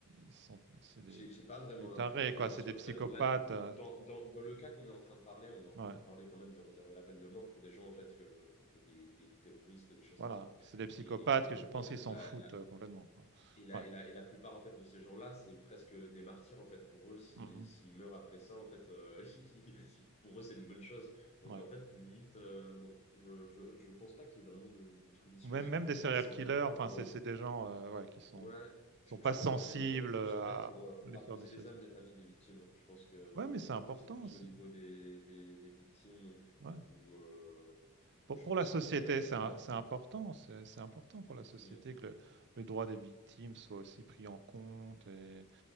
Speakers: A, on the right; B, on the left.
A: Ils sont... c'est des...
B: j'ai j'ai pas vraiment
A: c'est des tarés,
B: l'impression
A: quoi.
B: parce
A: C'est des
B: que en
A: psychopathes.
B: fait là du coup
A: euh,
B: de- dans, dans, dans le cas qu'on est en train de parler, on est en
A: Ouais,
B: train de parler quand même de réserver la peine de mort pour des gens en fait que, des, des terroristes, des choses
A: voilà.
B: comme ça.
A: C'est des psychopathes
B: Et, et pour
A: que
B: le
A: je
B: coup
A: pense
B: en fait
A: qu'ils s'en
B: la,
A: foutent euh, complètement, quoi.
B: Et la,
A: Ouais.
B: et la, et la plupart en fait de ces gens-là, c'est presque des martyrs en fait. Pour eux, si-
A: Mhm.
B: s'ils meurent après ça, en fait, euh, <laughs> pour eux, c'est une bonne chose. Donc
A: Ouais.
B: en fait, limite, euh, non, je, je, je pense pas qu'il y ait vraiment de, de trucs dissuasifs.
A: Ou même, même des serial
B: Je pense que c'est
A: killers,
B: vraiment en fait
A: enfin,
B: pour,
A: c'est c'est
B: euh,
A: des gens euh, ouais, qui sont...
B: ouais, je,
A: sont pas
B: je pense
A: sensibles
B: que c'est vraiment plus
A: euh,
B: en
A: à
B: fait pour euh, pour
A: l'effort
B: apaiser
A: dissuasif.
B: les âmes des familles des victimes. Je pense que
A: Ouais, mais c'est important
B: euh, c'est plus
A: aussi.
B: au niveau des des, des victimes
A: Ouais.
B: où euh,
A: Pour,
B: je
A: pour
B: pense
A: la société,
B: que ça ça
A: c'est
B: peut
A: un-
B: apaiser.
A: c'est important. C'est c'est important pour la société
B: Mm,
A: que le, le droit des victimes soit aussi pris en compte. Et,